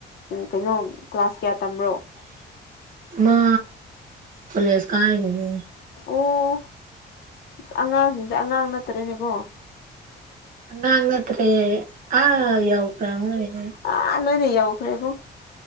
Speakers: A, on the left; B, on the right.
A: ꯀꯩꯅꯣ ꯀ꯭ꯂꯥꯁ ꯀꯌꯥ ꯇꯝꯕ꯭ꯔꯣ?
B: ꯃꯥ ꯀꯣꯂꯦꯁ ꯀꯥꯏꯕꯅꯤ꯫
A: ꯑꯣ ꯑꯁ ꯑꯉꯥꯡꯁꯤꯡꯁꯦ ꯑꯉꯥꯡ ꯅꯠꯇ꯭ꯔꯦꯅꯦꯀꯣ꯫
B: ꯑꯉꯥꯡ ꯅꯠꯇ꯭ꯔꯦ꯫ ꯑꯥ ꯌꯧꯈ꯭ꯔꯥꯕꯅꯥꯅꯦ꯫
A: ꯑꯥ ꯂꯣꯏꯅ ꯌꯧꯈ꯭ꯔꯦꯕꯣ꯫